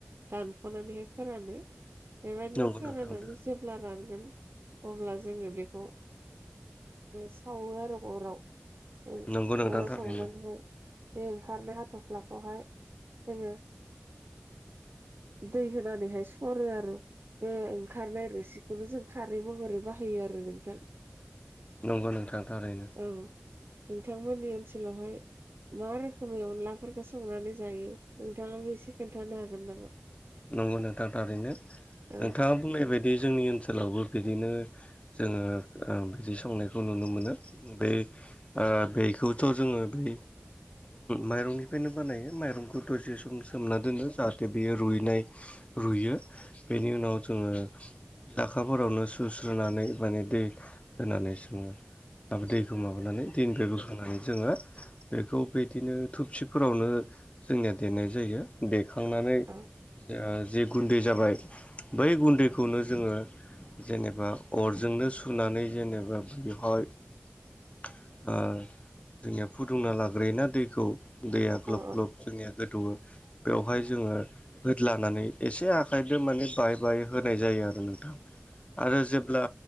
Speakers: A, on the right; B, on the left.
A: दान हख'नानैहाय फोरानो बेबायदिनो
B: नंगौ
A: फोराननानै
B: नोंथां थारैनो
A: जे खला रारगोन अब्ला जोङो बेखौ सावो आरो अराव
B: नंगौ नोंथां
A: अराव
B: थारैनो
A: सावनानैहाय बे ओंखारनो हाथ'फ्लाखौहाय जोङो दै होनानैहाय सरो आरो। ओंखारनाय आरो सिखौनो जों खारै महरै बाहायो आरो नोंथां।
B: नंगौ नों थांथार ओरैनो
A: औ नोंथांमोननि ओनसोलावहाय मा रोखोमै अनलाफोरखौ संनानै जायो नोंथाङाबो एसे खोन्थानो हागोन नामा
B: नंगौ नोंथा थारैनो नोंथाङा
A: औ
B: बुंनाय बदि जोंनि ओनसोलावबो बिदिनो जोङो बिदि संनायखौ नुनो मोनो बे बेखौथ' जोङो बै माइरंनिफ्रायनो बानायो माइरंखौ दसे सम सोमना दोनो जाहाथे बेयो रुइनाय रुयो बेनि उनाव जोङो लाखाफोरावनो सुस्रोननानै माने दै होनानै सोङो दैखौ माबानानै दैनिफ्रायबोोखांनै जोङो बेखौ बिदिनो थुबसिफोरावनो जोंनिया देनाय जायो देखांनानै
A: औ
B: जिे गुन्दै जाबाय बै गुन्दैखौनो जोङो जेनेबा अरजोंनो सुनानै जेनेबा बेवहाय <inaudible> जोंनिया फुदुंना लाग्रोयोना दैखौ दैया ग्लब
A: औ
B: ग्लब जोंनिया गोदौवो बेवहाय जोङो होद लानानै एसे आखाइजों माने बाय बाय होनाय जायो आरो नोंथां। आरो जेब्ला